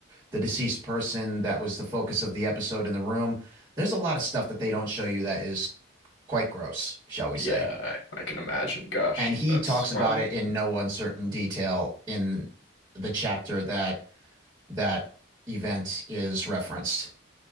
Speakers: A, on the right (about 20°); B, on the left (about 75°).
A: the deceased person that was the focus of the episode in the room, there's a lot of stuff that they don't show you that is quite gross, shall we
B: Yeah,
A: say.
B: I I can imagine. Gosh,
A: And he
B: that's
A: talks about
B: wild.
A: it in no uncertain detail in the chapter that that event is referenced.